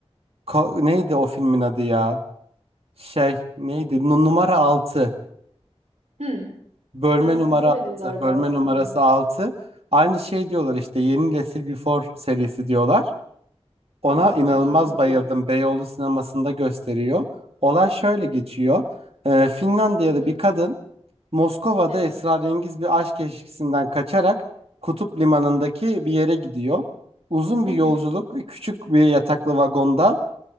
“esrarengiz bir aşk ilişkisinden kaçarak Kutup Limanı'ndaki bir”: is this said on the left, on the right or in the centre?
Right